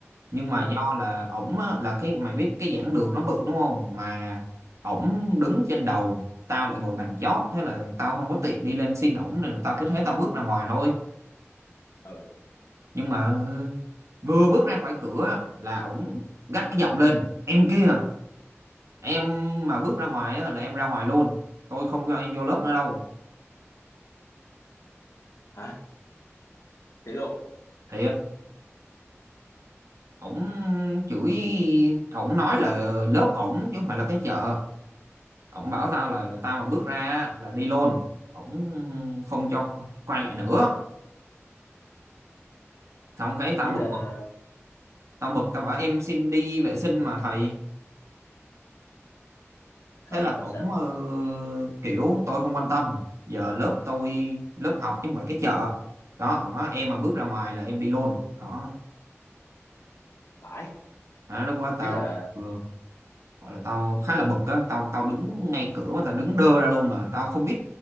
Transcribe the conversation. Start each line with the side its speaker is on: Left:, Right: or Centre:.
Right: nhưng mà
Left: Thôi nữa.
Right: do là ổng á, là cái mày biết cái giảng đường nó bự đúng không mà ổng đứng trên đầu tao lại ngồi bàn chót thế là tao không có tiện đi lên xin ổng nên là tao cứ thế tao bước ra ngoài thôi
Left: Ừ.
Right: nhưng mà vừa bước ra khỏi cửa là ổng gắt cái giọng lên em kia em mà bước ra ngoài á, là em ra ngoài luôn tôi không cho em vô lớp nữa đâu
Left: Hả? Thế luôn.
Right: thiệt ổng chửi ổng nói là lớp ổng chứ không phải là cái chợ ổng bảo tao là tao mà bước ra á, là đi luôn ổng không cho quay lại nữa xong cái tao
Left: Ý
Right: bực
Left: là
Right: tao bực tao bảo em xin đi vệ sinh mà thầy
Left: không,
Right: thế là
Left: không phải
Right: cũng
Left: sao?
Right: ờ, kiểu tôi không quan tâm giờ lớp tôi lớp học chứ không phải cái chợ đó ổng nói em mà bước ra ngoài là em đi luôn đó
Left: phải
Right: Đó, lúc đó tao
Left: ý là
Right: vừa gọi là tao khá là bực á tao tao đứng ngay cửa mà tao đứng đơ ra luôn mà tao không biết